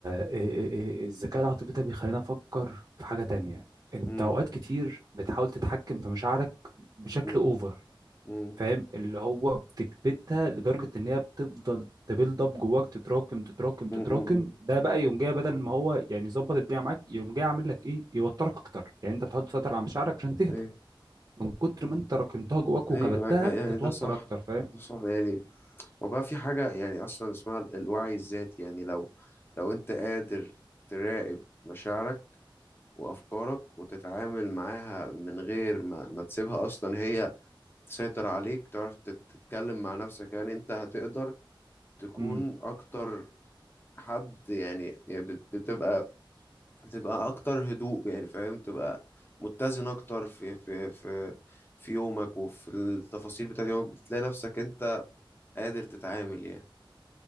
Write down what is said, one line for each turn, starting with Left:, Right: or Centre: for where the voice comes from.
Right: <laughs> الذكاء العاطفي ده بيخلينا نفكر في حاجة تانية انت
Left: امم
Right: اوقات كتير بتحاول تتحكم في مشاعرك بشكل
Left: امم
Right: اوفر
Left: امم
Right: فاهم اللي هو بتكبتها لدرجة ان هي بتفضل تبيلد اب جواك تتراكم تتراكم تتراكم
Left: امم
Right: ده بقى يوم جاي بدل ما هو يعني يظبط الدنيا معاك يوم جاي عامل لك ايه يوترك اكتر يعني انت بتحاول تسيطر على مشاعرك عشان تهدى
Left: ايوه
Right: من كتر ما انت راكمتها جواك
Left: ايوه
Right: وكبتها
Left: أي- يعني
Right: تتوتر
Left: ده صح
Right: اكتر فاهم
Left: ده صح يعني وبقى في حاجة يعني أصلا اسمها ال- الوعي الذاتي يعني لو لو أنت قادر تراقب مشاعرك وأفكارك وتتعامل معاها من غير ما, ما تسيبها أصلا هي تسيطر عليك تعرف تت- تتكلم مع نفسك يعني أنت هتقدر تكون
Right: إمم.
Left: أكتر حد يعني يعني بت- بتبقى بتبقى أكتر هدوء يعني فاهم تبقى متزن أكتر في في في في يومك وفي التفاصيل بتاعت يومك بتلاقي نفسك أنت قادر تتعامل يعني